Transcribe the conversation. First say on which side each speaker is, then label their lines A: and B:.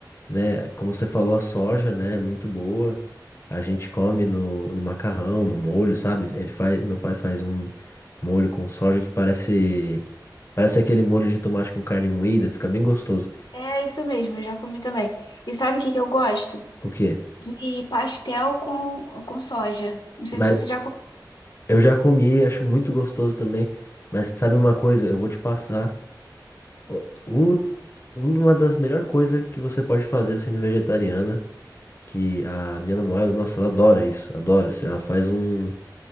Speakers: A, on the left; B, on the left.
A: né? Como você falou, a soja, né, é muito boa. A gente come no, no macarrão, no molho, sabe? Ele faz, meu pai faz um molho com soja que parece parece aquele molho de tomate com carne moída, fica bem gostoso.
B: É isso mesmo, eu já comi também. E sabe o que que eu gosto?
A: O quê?
B: De pastel com, com soja. Não sei
A: Mas
B: se você já
A: eu já comi, acho muito gostoso também. Mas sabe uma coisa? Eu vou te passar o, o- uma das melhores coisas que você pode fazer sendo vegetariana, que a minha namorada, nossa, ela adora isso, adora. Ela faz um